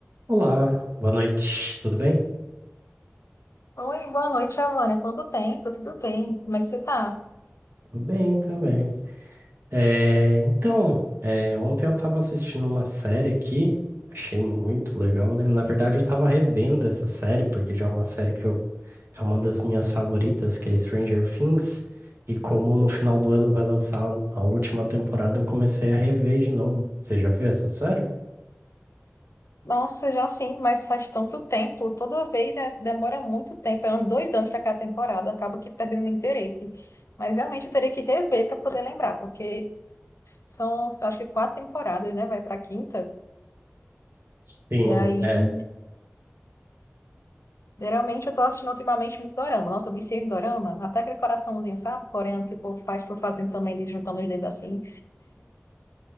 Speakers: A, on the right (about 55°); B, on the left (about 75°).
A: Olá, boa noite, tudo bem?
B: Oi, boa noite, Giovana. Quanto tempo? Tudo bem? Como é que você tá?
A: Tudo bem também. É, então, é, ontem eu estava assistindo uma série aqui, achei muito legal, né? Na verdade, eu estava revendo essa série, porque já é uma série que eu, é uma das minhas favoritas, que é Stranger Things, e como no final do ano vai lançar a última temporada, eu comecei a rever de novo. Você já viu essa série?
B: Nossa, já sim, mas faz tanto tempo. Toda vez é- demora muito tempo, é uns dois anos para cada temporada, acaba que perdendo interesse. Mas realmente eu teria que rever para poder lembrar, porque são, acho que quatro temporadas, né? Vai para quinta.
A: Sim,
B: E aí,
A: é.
B: geralmente eu tô assistindo ultimamente muito dorama. Nossa, eu viciei em dorama. Até aquele coraçãozinho, sabe? Coreano que o povo faz, tô fazendo também, eles juntando os dedos assim.